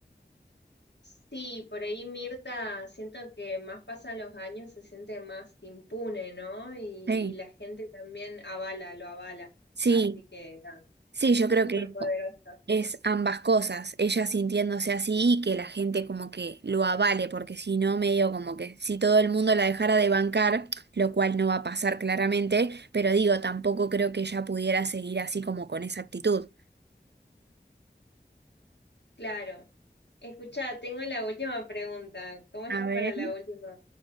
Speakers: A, on the left; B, on the right.
A: Sí, por ahí Mirta, siento que más pasan los años, se siente más impune, ¿no? Y,
B: Sí.
A: y la gente también avala, lo avala.
B: Sí,
A: Así que nada,
B: sí, yo
A: súper
B: creo que
A: poderosa.
B: es ambas cosas, ella sintiéndose así y que la gente como que lo avale, porque si no, medio como que si todo el mundo la dejara de bancar, lo cual no va a pasar claramente, pero digo, tampoco creo que ella pudiera seguir así como con esa actitud.
A: Claro. Escucha, tengo la última pregunta. ¿Cómo estás
B: A ver.
A: para la última?